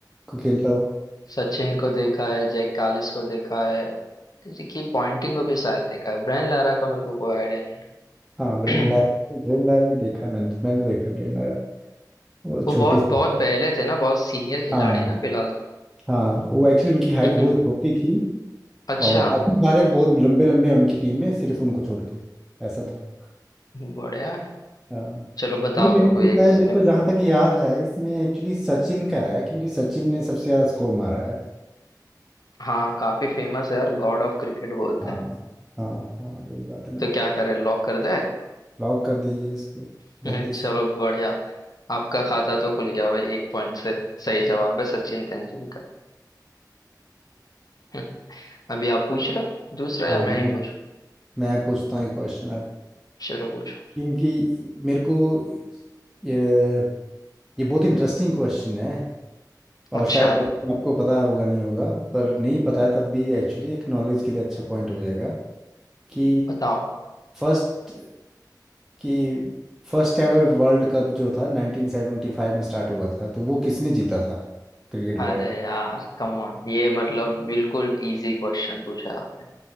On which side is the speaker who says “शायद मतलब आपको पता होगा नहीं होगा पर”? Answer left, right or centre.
Centre